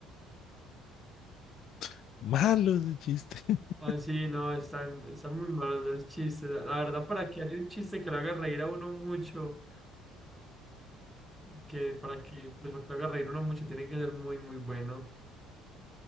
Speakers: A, on the left (about 60°); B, in the centre.
A: <laughs> Malo de chiste. <laughs>
B: Ah, sí, no, están, están muy malos los chistes. La verdad, para que haya un chiste que lo haga reír a uno mucho, que para que, pues, para que lo haga reír uno mucho, tiene que ser muy, muy bueno.